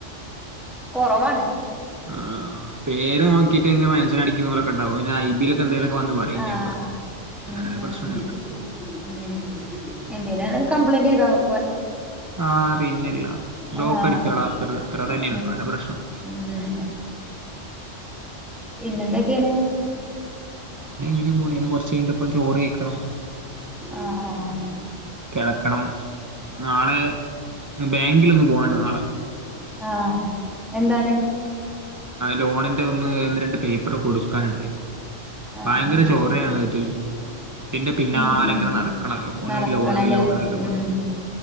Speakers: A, in the centre; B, on the right.
A: കൊറവാണ്
B: ആഹ് പേര് നോക്കിയിട്ട് ഇങ്ങ മനുഷ്യരടിക്കുന്നപോലൊക്കെയുണ്ടാകും ഐബിയിലൊക്കെ എന്തേലൊക്കെ വന്ന് പറയും
A: ആഹ്
B: <unintelligible>
A: ഉം ഉം
B: പ്രശ്നൊന്നുമില്ല
A: ഉം എന്തേലുവാണ് കംപ്ലൈന്റ് ചെയ്ത മ
B: ആ പിന്നെല്ല ബ്ലോക്ക്
A: ആ
B: അടിക്കാടാ
A: ഉം
B: അത്ര അത്ര തന്നെയുള്ളു വേറെ പ്രശ്നമൊന്നുമില്ല
A: ഉം. പിന്നെന്തൊക്കെണ്.
B: ഇങ്ങനെ പോണ് ഇനി കൊറച്ചഴിഞ്ഞിട്ട് ഇപ്പം ചോറ് കഴിക്കണം.
A: ആഹ്
B: കെടക്കണം നാളെ ബാങ്കിലൊന്ന് പോവാണ്ട്. നാളെ
A: ആ എന്താണ്.
B: ലോണിന്റെ ഒന്ന് എ ഒന്ന് രണ്ട് പേപ്പർ കൊടുക്കാന്ണ്ട്.
A: ആഹ്
B: ഭയങ്കര
A: ആഹ് ആഹ്
B: ചോറയാണോ
A: ആഹ്
B: ഇത്. ഇതിന്റെ പിന്നാല
A: ഉം ഉം
B: ഇങ്ങനെ നടക്കണം ലോണ്
A: നടക്കണല്ലേ
B: ലോണ് ലോണ് ലോണ്.
A: ഉം